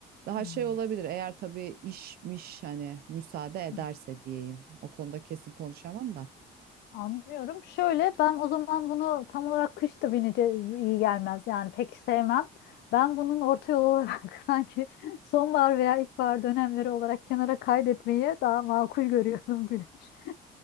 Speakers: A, on the right (about 65°); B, on the left (about 75°).
A: Daha
B: Hmm, hmm,
A: şey olabilir eğer tabii işmiş hani müsaade ederse
B: hmm.
A: diyeyim. O konuda kesin konuşamam da.
B: Anlıyorum. Şöyle ben o zaman bunu tam olarak kış da binece iyi gelmez. Yani pek sevmem. Ben bunun orta yol olarak <laughs> sanki sonbahar veya ilkbahar dönemleri olarak kenara kaydetmeyi daha makul görüyorum Güneş. <laughs>